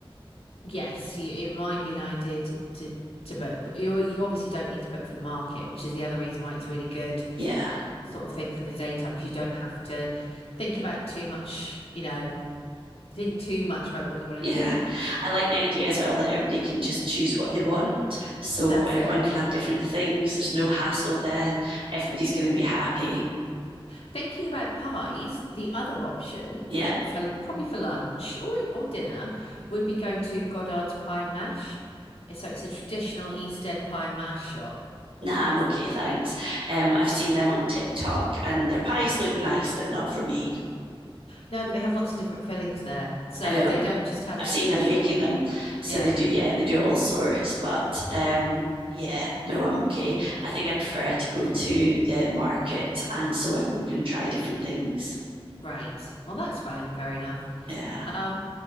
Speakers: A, on the left (about 80°); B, on the right (about 70°).
A: yes, you, it might be an idea to to to book. You you obviously don't need to book for the market, which is the other reason why it's really good
B: Yeah.
A: sort of thing for the daytime because you don't have to think about too much, you know, think too much about what you want
B: Yeah.
A: to do.
B: I like the idea as well that everybody can just choose what they want. So
A: That's
B: everyone
A: it.
B: can have different things. There's no hassle then. Everybody's going to be happy.
A: Thinking about pies, the other option
B: Yep. Yeah.
A: for probably for lunch or or dinner would be going to Goddard's Pie and Mash. So it's a traditional East End pie and mash shop.
B: Nah, I'm okay, thanks. Um, I've seen them on TikTok and their pies look nice, but not for me.
A: No, but they have lots of different fillings there. So
B: I know
A: they don't just have
B: I've
A: the
B: seen
A: traditional.
B: them making them. So
A: Yeah,
B: they do, yeah, they do all sorts. But um, yeah, no, I'm okay. I think I prefer to go to the market, and so everyone can try different things.
A: right. Well, that's fine and fair enough.
B: Yeah,
A: Um,